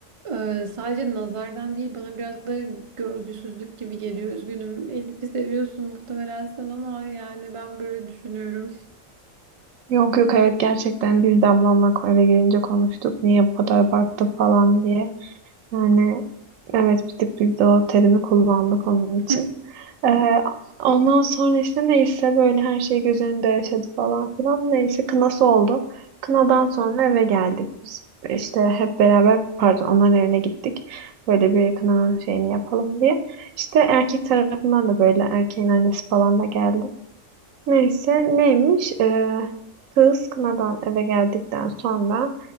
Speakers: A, on the right; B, on the right.
A: e, sadece nazardan değil bana biraz da görgüsüzlük gibi geliyor. Üzgünüm. Elif'i seviyorsun muhtemelen sen ama yani ben böyle düşünüyorum.
B: Yok yok evet gerçekten biz de ablamla eve gelince konuştuk. Niye bu kadar abarttı falan diye. Yani evet bir tık biz de o terimi kullandık onun
A: <laughs>
B: için. Ee, ondan sonra işte neyse böyle her şey göz önünde yaşadı falan filan. Neyse kınası oldu. Kınadan sonra eve geldik. Biz işte hep beraber pardon onların evine gittik. Böyle bir kınanın şeyini yapalım diye. İşte erkek tarafından da böyle erkeğin annesi falan da geldi. Neyse neymiş? Ee, kız kınadan eve geldikten sonra